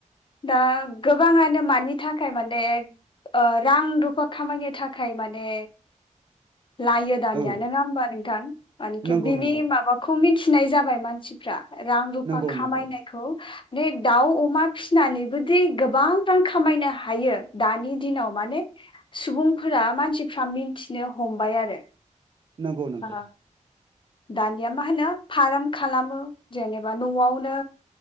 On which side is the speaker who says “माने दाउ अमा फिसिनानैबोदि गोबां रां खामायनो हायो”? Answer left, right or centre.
Left